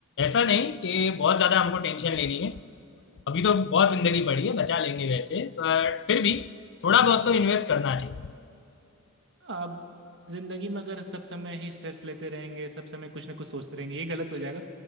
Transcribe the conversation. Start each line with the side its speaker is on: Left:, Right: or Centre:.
Left: ऐसा नहीं कि बहुत ज्यादा हमको टेंशन लेनी है अभी तो बहुत जिंदगी पड़ी है बचा लेंगे वैसे बट फिर भी थोड़ा बहुत तो इन्वेस्ट करना चाहिए
Right: अब जिंदगी में अगर सब समय ही स्ट्रेस लेते रहेंगे सब समय कुछ ना कुछ सोचते रहेंगे ये गलत हो जाएगा